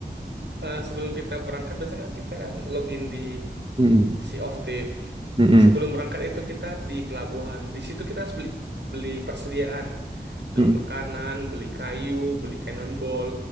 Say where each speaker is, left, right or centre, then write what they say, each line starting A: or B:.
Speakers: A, on the right; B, on the right.
A: eh, sebelum kita berangkat, biasanya kan kita kan login di
B: hmm.
A: Sea of Thief.
B: Hmm.
A: Sebelum berangkat itu kita di pelabuhan. Di situ kita harus beli beli persediaan, beli
B: Hmm.
A: makanan, beli kayu, beli cannonball.